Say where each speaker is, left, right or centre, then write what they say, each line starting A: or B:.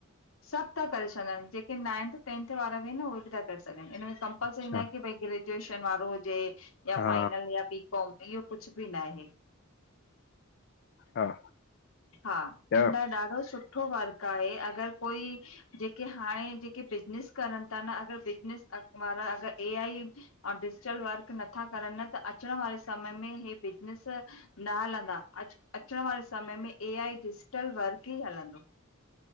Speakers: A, on the left (about 75°); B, on the left (about 55°).
A: सभ था करे सघन, जेके नाइंथ, टेंथ वारा बि इन न, उहे भी था करे सघन, इन में कंपलसरी
B: अच्छा
A: नाए कि भइ ग्रेजुएशन वारो हुजे या
B: हा
A: फाइनल या बी काॅम, इयो कुछ बि नाहे।
B: हा
A: हा, <unintelligible>
B: त
A: ॾाढो सुठो वर्क आहे, अगर कोई जेके हाणे, जेके बिजनिस करन ता न, अगर बिजनस वारा, अगर ए आई ओं डिजटल वर्क नथा करन न, त अचण वारे समय में हे बिज़नस न हलंनदा, अचण वारे समय में, ए आई डिजिटल वर्क ही हलंदो।